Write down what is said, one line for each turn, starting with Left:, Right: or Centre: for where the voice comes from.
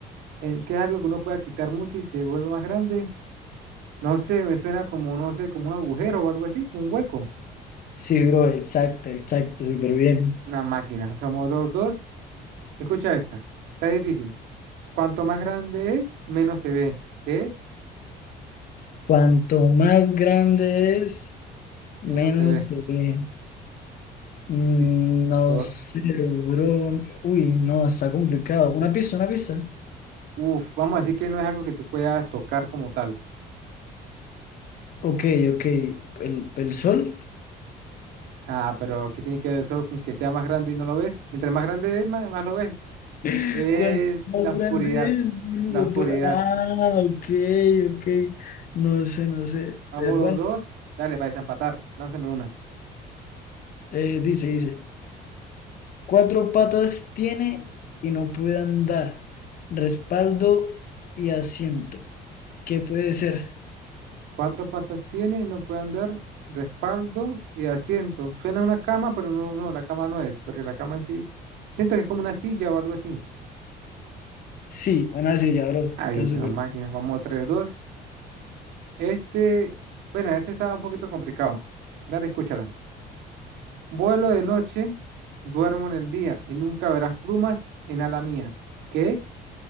Right: Eh, ¿Qué es algo que uno pueda quitar mucho y se vuelve más grande? No sé, me suena como, no sé, como un agujero o algo así, como un hueco.
Left: Sí, bro, exacto, exacto, súper bien.
Right: Una máquina. Somos dos, dos. Escucha esta. Está difícil. Cuanto más grande es, menos se ve. ¿Qué es?
Left: Cuanto más grande es, menos
Right: Menos se ve.
Left: se ve. Mm,
Right: Sí,
Left: no
Right: cor-
Left: sé, bro. Uy, no, está complicado. Una pista, una pista.
Right: Uf, vamos a decir que no es algo que tú puedas tocar como tal.
Left: Ok, ok. ¿El, el sol?
Right: Ah, pero ¿qué tiene que ver el sol con que sea más grande y no lo ves? Entre más grande es, más, más lo ves.
Left: <laughs>
Right: Es
Left: Cuanto más
Right: la
Left: grande
Right: oscuridad.
Left: es, menos
Right: La oscuridad.
Left: lo puede- Ah, ok, ok. No sé, no sé.
Right: Vamos
Left: Eh, bueno,
Right: dos, dos. Dale, para desempatar. Lánzame una.
Left: eh, dice, dice. Cuatro patas tiene y no puede andar. Respaldo y asiento. ¿Qué puede ser?
Right: Cuatro patas tiene, no puede andar. Respaldo y asiento. Suena a una cama, pero no, no, la cama no es, porque la cama en sí. Siento que es como una silla o algo así.
Left: Sí, una silla, bro.
Right: Ay,
Left: Está
Right: Dios,
Left: súper.
Right: una máquina. Vamos a tres, dos. Este, bueno, este estaba un poquito complicado. Dale, escúchala. Vuelo de noche, duermo en el día y nunca verás plumas en ala mía. ¿Qué es?